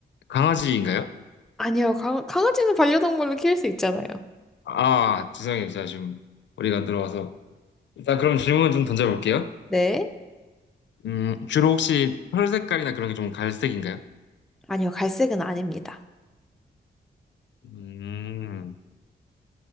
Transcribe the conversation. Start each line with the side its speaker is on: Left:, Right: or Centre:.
Left: 강아지인가요?
Centre: 아니요, 강, 강아지는 반려동물로 키울 수 있잖아요.
Left: 아, 죄송해요. 제가 지금 머리가 안 들어와서. 일단 그럼 질문을 좀 던져볼게요.
Centre: 네.
Left: 음, 주로 혹시 털 색깔이나 그런 게 좀 갈색인가요?
Centre: 아니요, 갈색은 아닙니다.
Left: 음,